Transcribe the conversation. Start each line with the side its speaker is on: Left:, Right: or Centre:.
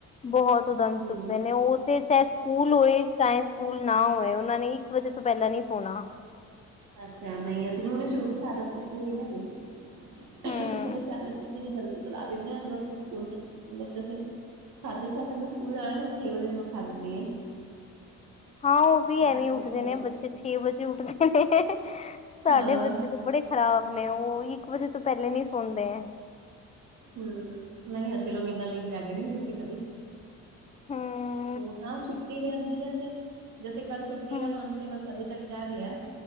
Left: ਬਹੁਤ ਕਦਮ ਚੁੱਕਦੇ
Right: ਹੂੰ
Left: ਨੇ ਉਹ ਫਿਰ, ਚਾਹੇ ਸਕੂਲ ਹੋਏ, ਚਾਹੇ ਸਕੂਲ ਨਾ ਹੋਏ, ਉਹਨਾਂ ਨੇ ਇੱਕ ਵਜੇ ਤੋਂ ਪਹਿਲਾਂ ਨਹੀਂ ਸੌਣਾ।
Right: ਅੱਛਾ ਨਹੀਂ, ਅਸੀਂ ਸ਼ੁਰੂ ਸੇ ਆਦਤ ਕੀਤੀ ਹੋਈ ਨਾ, ਇਹਦੀ
Left: ਹੂੰ
Right: ਸ਼ੁਰੂ ਸੇ ਆਦਤ ਕੀਤੀ। ਫਿਰ ਜਲਦੀ ਸੁਲਾ ਦਿੰਦੇ ਆਂ, ਬਸ ਫੇਰ ਸਕੂਲ ਸੇ ਮਤਲਬ ਜੈਸੇ ਸਾਢੇ ਸੱਤ ਵੱਜੇ ਸਕੂਲ ਜਾਣਾ ਨਾ, ਮੈਂ ਛੇ ਵੱਜੇ ਇਹਨੂੰ ਉਠਾ ਦਿੰਨੀ ਆਂ।
Left: ਹਾਂ, ਉਹ ਵੀ ਐਵੇਂ
Right: ਕੇ
Left: ਉੱਠਦੇ
Right: ਬਿਠਾ
Left: ਨੇ,
Right: ਦਿੰਦੀ
Left: ਬੱਚੇ ਛੇ ਵਜੇ ਉੱਠਦੇ ਨੇ, ਸਾਡੇ
Right: ਹਾਂ
Left: ਬੱਚੇ ਤੇ ਬੜੇ ਖਰਾਬ ਨੇ, ਉਹ ਇੱਕ ਵਜੇ ਤੋਂ, ਪਹਿਲੇ ਨਹੀਂ ਸੌਂਦੇ ਆ।
Right: ਹਮਮ, ਨਹੀਂ, ਅਸੀਂ ਲੋਕ ਇੰਨਾ ਲੇਟ ਜਾਗਣ ਈ ਨਹੀਂ ਦਿੰਦੇ ਕਦੀ।
Left: ਹਮਮ।
Right: ਉਹ ਹਾਂ, ਛੁੱਟੀ ਰਹਿੰਦੀ ਐ, ਤੇ ਜੈਸੇ ਕੱਲ ਛੁੱਟੀ
Left: ਹੂੰ
Right: ਆ, ਹੁਣ ਤੇ ਬਸ ਅਭੀ ਤੱਕ ਜਾਗ ਲਿਆ।